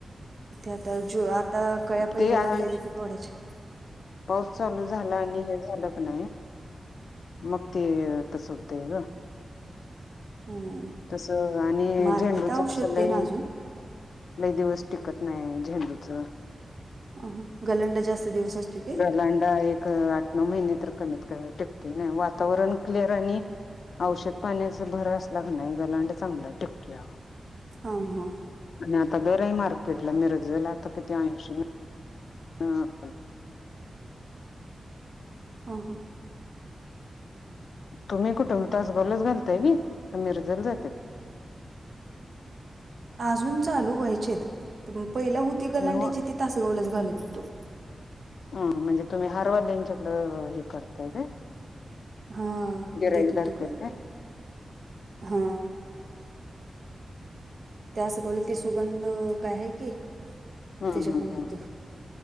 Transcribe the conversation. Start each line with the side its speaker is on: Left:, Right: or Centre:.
Right: ते आता जो आता कळ्या पहिल्या
Left: ते आणि
Right: लागलेल्या ते तोडायच्या.
Left: पाऊस चालू झाला आणि हे झालं क नाही मग ते तस होतय ग.
Right: हम्म.
Left: तसं आणि
Right: मारते
Left: झेंडूच
Right: तर औषध
Left: कस लय
Right: ते ना अजून
Left: लय दिवस टिकत नाही झेंडूच
Right: अह गलंंड जास्त दिवस असतो काय?
Left: गलांडा एक आठ नऊ महिने तर कमीत कमी टिकतो नाही वातावरण क्लिअर आणि औषध पाण्याचा भर असला क नाही गलांड चांगला टिकतोया.
Right: हं.. हं... हं.
Left: आणि आता दर ए मार्केटला... मिरजेला आता किती ऐंशी नव हां
Right: हां... हां
Left: तुम्ही कुठं होतास <unintelligible> का मिरजेला जात्यात?
Right: अजून चालू व्हायचेत, तर पहिलं होती गलांड्याची
Left: नव्ह
Right: ती... तासगावलाच घालत होतो
Left: हुं... म्हणजे तुम्ही हार वाल्याच्याकडं... हे करताय काय?
Right: हा...
Left: गिराईक
Right: देत होतो
Left: धरत्यात
Right: गं...
Left: काय?
Right: हा त्या <unintelligible> सुगंध काय हाय की
Left: हंहं...
Right: त्याच्याकडे
Left: हंहं...
Right: होतं